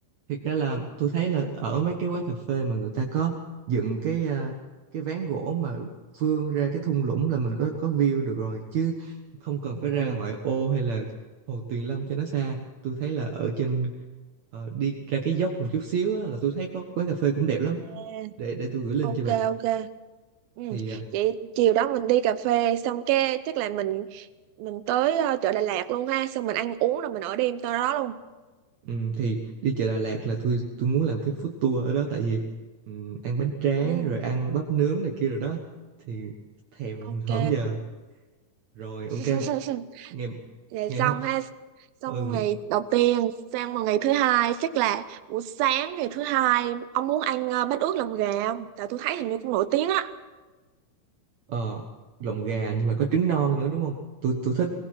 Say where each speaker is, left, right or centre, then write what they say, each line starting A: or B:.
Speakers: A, on the right (about 60°); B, on the right (about 85°).
A: Thiệt ra là tôi thấy là ở mấy cái quán cà phê mà người ta có dựng cái à, cái ván gỗ mà vươn ra cái thung lũng là mình có có view được rồi chứ không cần phải
B: Ừ.
A: ra ngoại ô hay là Hồ Tuyền Lâm cho nó xa. Tôi thấy là ở trên ờ, đi ra cái dốc một chút xíu á, là tôi thấy có quán cà phê cũng đẹp lắm.
B: À,
A: Để để tôi gửi link
B: ok
A: cho bà.
B: ok ừ.
A: Thì à,
B: vậy chiều đó mình đi cà phê xong cái chắc là mình mình tới ờ, chợ Đà Lạt luôn ha xong mình ăn uống rồi mình ở đêm tới đó luôn
A: ừm, thì đi chợ Đà Lạt là tôi tôi muốn làm cái food tour ở đó tại vì ừm, ăn bánh tráng
B: ừ.
A: rồi ăn bắp nướng này kia rồi đó thì thèm
B: ok
A: hổm giờ. Rồi ok.
B: <laughs>
A: nghe
B: vậy
A: nghe
B: xong
A: hơ-
B: ha xong
A: ừ
B: ngày đầu tiên sang vào ngày thứ hai chắc là buổi sáng ngày thứ hai ông muốn ăn ờ, bát ướt lòng gà không tại tôi thấy hình như cũng nổi tiếng á
A: ờ lòng gà nhưng mà có trứng non nữa đúng không tôi tôi thích